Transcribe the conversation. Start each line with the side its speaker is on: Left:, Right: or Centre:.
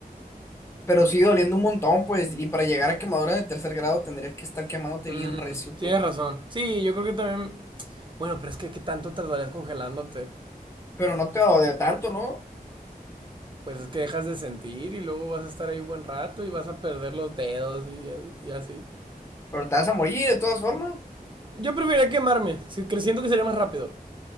Left: Pero sí doliendo un montón, pues, y para llegar a quemadura de tercer grado tendrías que estar quemándote
Right: Mm,
Left: bien recio,
Right: tienes
Left: pues.
Right: razón. Sí, yo creo que también... Bueno, pero es que ¿qué tanto tardarías congelándote?
Left: Pero no te va a doler tanto, ¿no?
Right: Pues es que dejas de sentir y luego vas a estar ahí buen rato y vas a perder los dedos y, y así.
Left: Pero te vas a morir de todas formas.
Right: Yo preferiría quemarme, si- creciendo que sería más rápido.